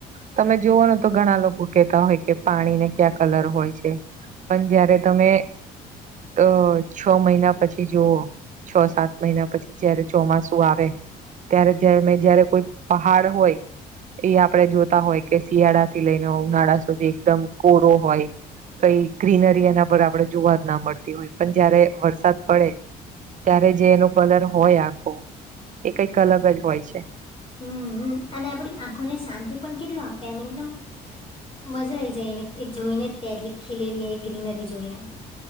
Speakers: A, on the right; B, on the left.
A: તમે જોુવઓ ને તો ઘણા લોકો કેહેતા હોય કે પાણીને ક્યા કલર હોય છે. પણ જયારે તમે અ છ મહિના પછી જુઓ. છ સાત મહિના પછી જયારે ચોમાસું આવે, ત્યારે જ મે જયારે કોઈ પહાડ હોય. એ આપડણે જોતા હોય કે શિયાળા થી લઈને ઉનાળા સુધી એકદમ કોરો હોય. કઈ ગ્રીનરી એના પર આપણે જોવા જ ના મળતી હોય પણ જયારે વરસાદ પડે. ત્યારે જે એનું કલર હોય આખું, એ કઈક અલગ જ હોય છે.
B: હમ અને આપણી આંખોને શાંતિ પણ કેટલું આપે એમ એકદમ મજા આ આઈ જાય એને જોઈને જ ત્યાં એટલે ખીલેલી એ ગ્રીનરી જોઈને.